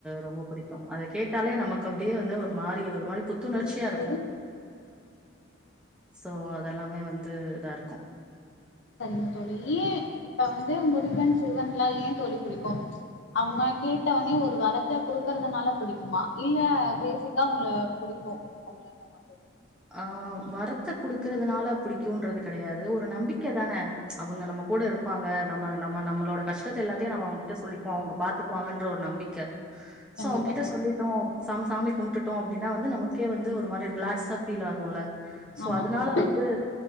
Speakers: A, in the centre; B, on the left.
A: ரொம்ப புடிக்கு அத கேட்டாலே நமக் கு அப்டியே வந்து ஒரு மாரி ஒரு மாரி புத்துணர்ச்சியாருக்கூ
B: என்ன தோழி
A: சோ அதெல்லாமே வந்து இதாருக்கூ
B: சரிங்க தோழி ஏ இப்ப வந்து முருகன் சிவன்லா ஏந் தோழி புடிக்கும் அவுங்க கேட்டவனே ஒரு வரத்த குடுக்கறதுனால புடிக்குமா இல்ல பேசிக்கா அவுங்ல புடிக்குமா கு அவ்ளோ தானா தோழி
A: ஆ வரத்த குடுக்கறதுனால பிடிக்குன்றது கடையாது ஒரு நம்பிக்க தான அவுங்க நமக் கூட இருப்பாங்க நம்ம நம்ம நம்மளோட கஷ்டத்தெல்லாத்தையு நம்ம அவுங்க கிட்ட சொல்லி டோ அவுங்க பாத்துக்குவாங்கன்ற ஒரு நம்பிக்க
B: கண்டிப்பா
A: சோ அவுங்கிட்ட
B: தோழி
A: சொல்லிட்டோ சாம் சாமி கும்டுட்டோ அப்டின்னா வந்து நமக்கே வந்து ஒரு மாரி ரிலாக்ஸா ஃபீல் ஆகுல சோ
B: ஆமா
A: அதுனால
B: தோழி
A: வந்து